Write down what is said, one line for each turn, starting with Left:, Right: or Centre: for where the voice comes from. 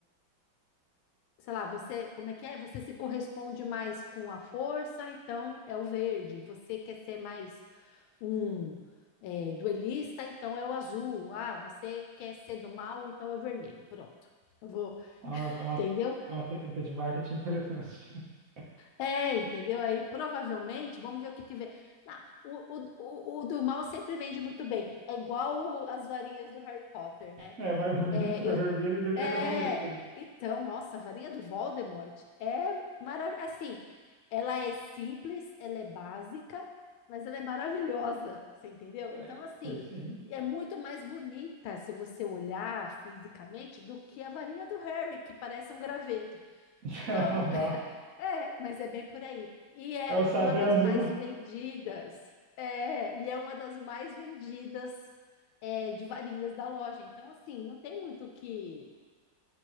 Left: sei lá, você, como é que é? Você se corresponde mais com a força, então é o verde. Você quer ser mais um é, duelista, então é o azul. Ah, você quer ser do mal, então é o vermelho. Pronto. Eu vou,
Right: É uma, é uma,
Left: entendeu?
Right: é uma técnica de marketing interessante. <laughs>
Left: É, entendeu? Aí provavelmente, vamos ver o que que vem. Não, o, o, o, o do mal sempre vende muito bem. É igual o- as varinhas do Harry Potter, né?
Right: É mais bonito,
Left: É, eu,
Right: é vermelho e da minha
Left: é,
Right: cor favorita ainda.
Left: então, nossa, a varinha do Voldemort é maravilhosa. Assim, ela é simples, ela é básica, mas ela é maravilhosa, você entendeu? Então,
Right: <laughs>
Left: assim,
Right: Pois sim.
Left: é muito mais bonita se você olhar fisicamente do que a varinha do Harry, que parece um graveto.
Right: <laughs>
Left: Então,
Right: É uma barra.
Left: é, mas é bem por aí. E é
Right: É o sabre
Left: uma das
Right: azul.
Left: mais vendidas. É, e é uma das mais vendidas é, de varinhas da loja. Então, assim, não tem muito o que,